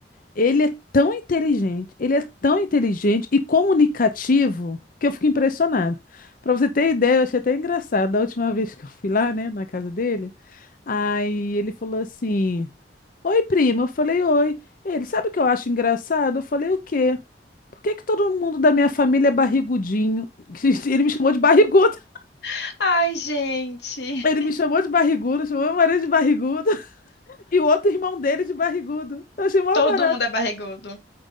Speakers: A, on the left; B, on the left.
A: Ele é tão inteligente, ele é tão inteligente e comunicativo que eu fico impressionada. Para você ter ideia, eu achei até engraçado. Da última vez que eu fui lá, né, na casa dele, aí ele falou assim: Oi, prima. Eu falei: Oi. Ele, sabe o que eu acho engraçado? Eu falei: O quê? Por que que todo mundo da minha família é barrigudinho? <laughs> Ele me chamou de barrigudo.
B: <laughs> ai, gente,
A: Ele me chamou de barrigudo, chamou meu marido de barrigudo <laughs> e o outro irmão dele de barrigudo. Eu achei mó
B: todo
A: barato.
B: mundo é barrigudo.